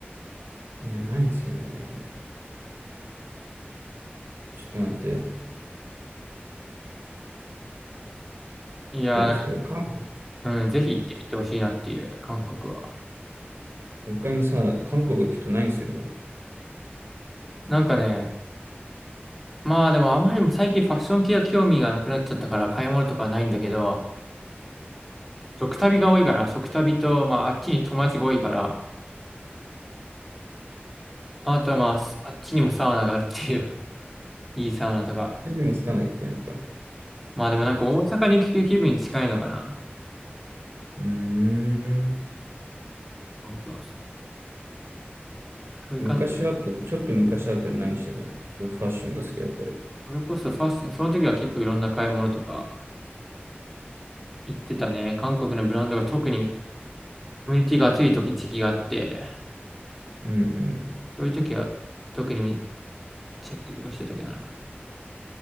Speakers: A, on the right; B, in the centre.
A: いや、ないんですよね。ちょっと待って。
B: いやー、
A: そう、
B: だか
A: それ、韓国、
B: らうん、ぜひ行ってみてほしいなっていう、韓国は。
A: 他にさ、韓国行くと何するの
B: なんかね、まあでもあまりにも最近ファッション系は興味がなくなっちゃったから買い物とかはないんだけど、食旅が多いかな。食旅と、まああっちに友達が多いから、あとはまああっちにもサウナがあるっていう、<laughs> いいサウナとか。
A: でもつかないっていうのか。
B: まあでもなんか大阪に行く気分に近いのかな。
A: うーん。
B: そうそうそう。そういう感じ。
A: 昔あった、ちょっと昔あったら何してたのそう、ファッションが好きだったり。
B: それこそファッション、その時は結構いろんな買い物とか行ってたね。韓国のブランドが特にコミュニティが熱い時、時期があって、
A: うんうん。
B: そういう時は特にみチェックとかしてたけどな。